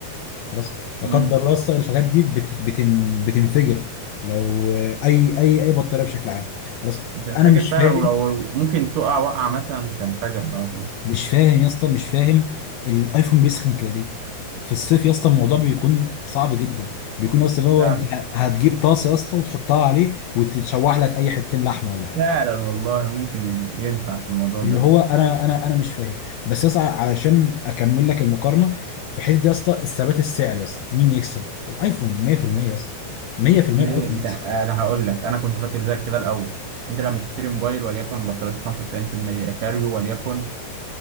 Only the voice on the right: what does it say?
امم
بتنفجر
فعلا
ولو ممكن تقع وقعة مثلا تنفجر على طول
فعلا
فعلا والله ممكن ينفع في الموضوع ده
ليه
انت
انا هقول لك انا كنت فاكر زيك كده الاول انت لما تشتري موبايل وليكن بطاريته 95% شاريه وليكن